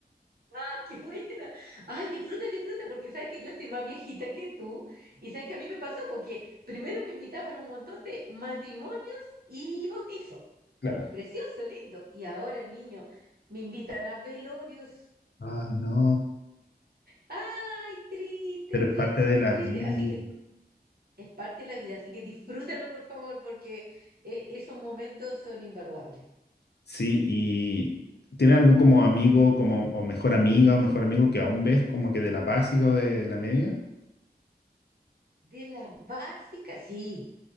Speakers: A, on the right (about 65°); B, on the left (about 75°).
A: Ah, qué buena. Ay, disfruta, disfruta, porque sabes que yo estoy más viejita que tú y sabes que a mí me pasó porque primero me invitaban a un montón de matrimonios y bautizos.
B: Claro.
A: Precioso, lindo. Y ahora, niño, me invitan a velorios.
B: Ay, no.
A: Ay, triste,
B: Pero
A: triste,
B: es parte de la
A: triste.
B: vida.
A: Así que es parte de la vida, así que disfrútalo, por favor, porque eh, esos momentos son invaluables.
B: Sí, y ¿tienes algún como amigo, como, o mejor amiga, o mejor amigo que aún ves como que de la básica o de la media?
A: De las básicas, sí,